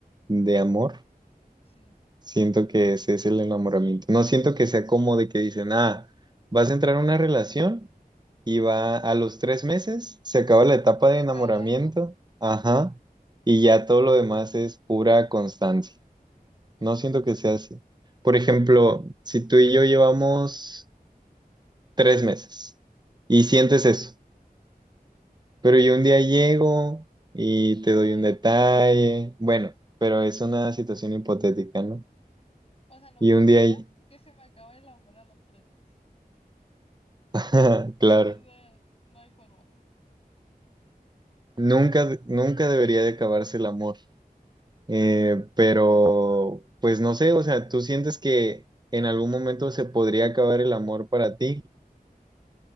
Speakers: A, on the right; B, on the left.
A: de amor.
B: Sí,
A: Siento que ese es el enamoramiento. No siento que sea como de que dicen, ah, vas a entrar a una relación y va a los tres meses, se acaba la etapa
B: se
A: de
B: acaba.
A: enamoramiento, ajá, y ya todo lo demás es pura constancia.
B: Mm,
A: No siento que sea así. Por ejemplo, si tú y yo llevamos tres meses y
B: ujú.
A: sientes eso. Pero yo un día llego y
B: No,
A: te doy un detalle.
B: no podría.
A: Bueno, pero es una situación hipotética, ¿no?
B: O sea, no
A: Y
B: podría
A: un día, ll-
B: que se me acabe el amor a los tres meses.
A: <laughs> claro,
B: O sea, no hay forma.
A: nunca, nunca debería de acabarse el amor. Eh, pero, pues no sé, o sea, ¿tú sientes que en algún momento se podría acabar el amor para ti?